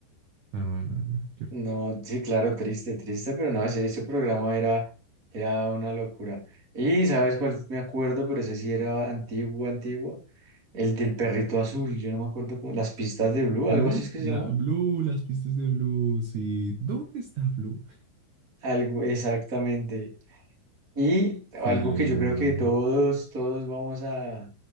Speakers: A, on the right; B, on the right.
A: No, no, no. Qué
B: No, sí, claro, triste, triste, pero no, ese, ese programa era, era una locura. Y, ¿sabes cuál me acuerdo? Pero ese sí era antiguo, antiguo. El del perrito azul, yo no me acuerdo cómo. Las pistas de Blue, algo
A: Blue,
B: así es que
A: la,
B: se llamó.
A: Blue, las pistas de Blue, sí. ¿Dónde está Blue?
B: Algo, exactamente. Y algo
A: Sí, era
B: que yo
A: muy
B: creo
A: buena.
B: que todos, todos vamos a